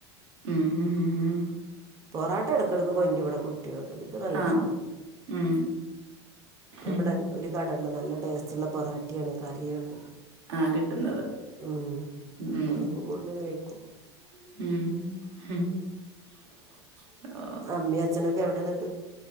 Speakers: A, on the right; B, on the right.
A: ഉം ഉം ഉം ഉം
B: പോറട്ടടക്കെടക്ക് കൊന്റരും കുട്ടിയള് അത് നല്ല
A: ആഹ്
B: ഇഷ്ടാ
A: ഉം
B: അ
A: ഉം
B: ഇബടെ ഒരു കട ഇണ്ട് നല്ല ടേസ്റ്റുള്ള പൊറാട്ടയാണ് കറിയാണ്
A: ആഹ് കിട്ടുന്നത്
B: ഉം
A: ഉം
B: അപ്പൊ അതൊക്കെ കോടന്നു കഴിക്കും
A: ഉം
B: അമ്മി അച്നൊക്കെ എവിടെന്നട്ട്